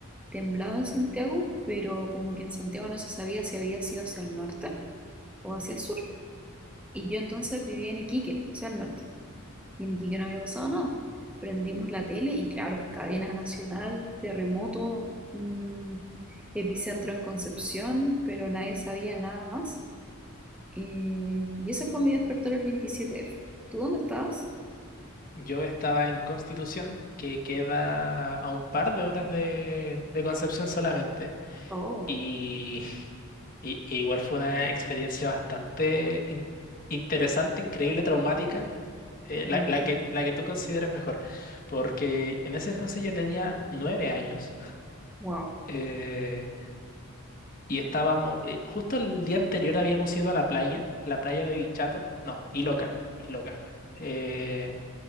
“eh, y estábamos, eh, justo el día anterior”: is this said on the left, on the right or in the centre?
Left